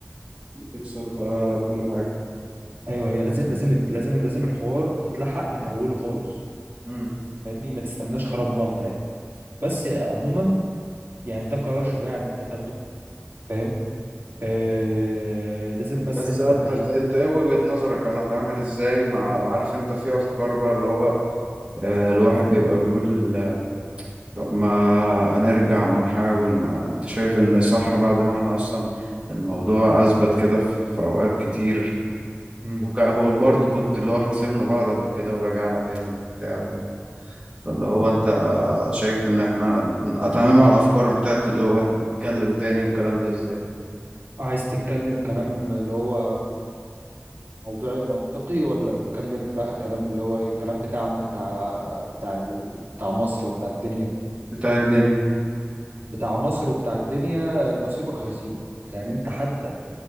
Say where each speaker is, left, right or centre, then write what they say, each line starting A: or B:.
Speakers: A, on the right; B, on the right.
A: بتكسر بقى كل حاجة
B: ايوه هي لازم لازم لازم لازم الحوار يتلحق من اوله خالص
A: امم
B: فاهمني ما تستناش خراب ملطه يعني بس عموما يعني ده قرار شجاع ان انت تاخده فاهم آه لازم بس
A: بس
B: انت
A: انت
B: هي-
A: انت ايه وجهة نظرك انا اتعامل ازاي مع عارف انت في افكار بقى اللي هو آه، الواحد بيبقى بيقول طب ما
B: مم.
A: هنرجع ما نحاول ما انت شايف ان صح بعد ما احنا اصلا الموضوع اثبت كده في في اوقات كتير
B: امم
A: وك- وبرضه كنت اللي هو احنا سيبنا بعض قبل كده ورجعنا تاني وبتاع فاهم فاللي هو انت شايف ان احنا اتعامل مع الافكار بتاعت اللي هو نتكلم تاني والكلام ده ازاي
B: عايز تتكلم كلام اللي هو موضوعي منطقي ولا نتكلم بقى كلام اللي هو إيه؟ الكلام بتاعنا بتاع بتاع ال- بتاع مصر وبتاع الدنيا
A: بتاع الدنيا
B: بتاع مصر وبتاع الدنيا نصيبك هيصيبك يعني انت حتى